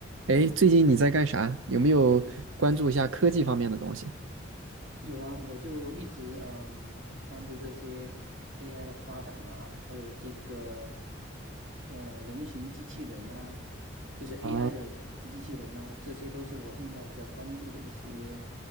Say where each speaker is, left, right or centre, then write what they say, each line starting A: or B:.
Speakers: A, on the right; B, on the right.
A: 哎，最近你在干啥？有没有关注一下科技方面的东西？
B: 有啊，我就一直嗯关注这些 AI 的发展啊，还有这个呃人形机器人啊，就是 AI
A: 啊，
B: 的人形机器人呐、这些都是我现在比较关注的一些